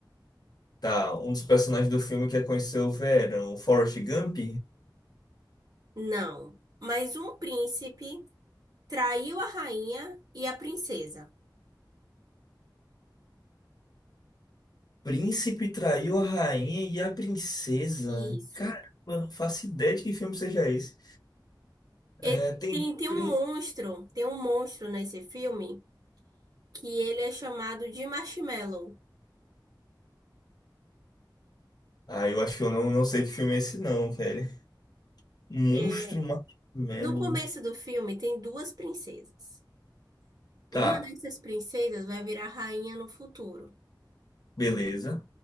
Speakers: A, on the left (about 55°); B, on the right (about 55°).
A: Tá, um dos personagens do filme quer conhecer o verão. Forrest Gump?
B: Não. Mas um príncipe traiu a rainha e a princesa.
A: Príncipe traiu a rainha e a princesa.
B: Isso.
A: Caramba, não faço ideia de que filme seja esse.
B: E
A: É, tem.
B: tem, tem
A: prín-
B: um monstro. Tem um monstro nesse filme que ele é chamado de Marshmallow.
A: Ah, eu acho que eu não, não sei que filme é esse, não, velho. Monstro
B: É,
A: Marshmallow.
B: no começo do filme, tem duas princesas. Uma
A: Tá,
B: dessas princesas vai virar rainha no futuro.
A: beleza.